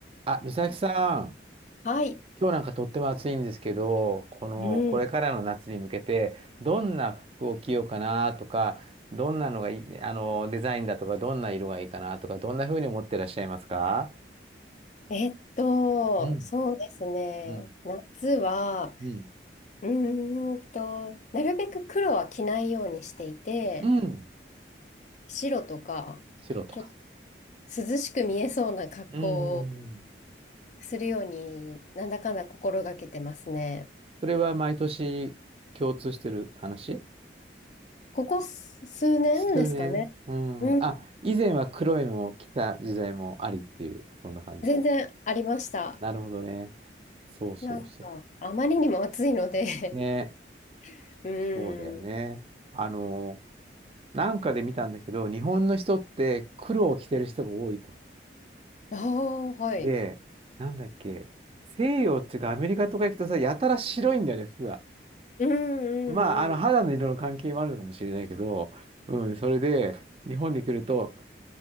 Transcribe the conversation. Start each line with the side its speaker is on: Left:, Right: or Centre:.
Right: あ、美咲さん、
Left: はい。
Right: 今日なんかとっても暑いんですけど、この、
Left: うん。
Right: これからの夏に向けて、どんな服を着ようかなとか、どんなのがいい、あの、デザインだとか、どんな色がいいかなとか、どんな風に思ってらっしゃいますか
Left: えっと、
Right: うん、
Left: そうですね。
Right: うん、
Left: 夏は、
Right: うん、
Left: うーんと、なるべく黒は着ないようにしていて、
Right: うん、
Left: 白とか、
Right: 白とか。
Left: ちょっと涼しく見えそうな格好を
Right: うん、うんうん
Left: するように、なんだかんだ心がけてますね。
Right: それは毎年共通してる話
Left: ここ数数年ですかね。
Right: 数年。うん。
Left: うん。
Right: あ、以前は黒いのを着た時代もありっていう、そんな感じ。
Left: 全然ありました。
Right: なるほどね。そうそうそ
Left: なんか、あまりにも暑いので
Right: う。ね
Left: <laughs> うーん。
Right: そうだよね。あの、なんかで見たんだけど、日本の人って黒を着てる人が多いと。
Left: ああ、はい。
Right: で、なんだっけ、西洋っていうかアメリカとか行くとさ、やたら白いんだよね、服が。
Left: うんうんうん。
Right: まあ、あの、肌の色の関係もあるのかもしれないけど、うん、それで、日本に来ると、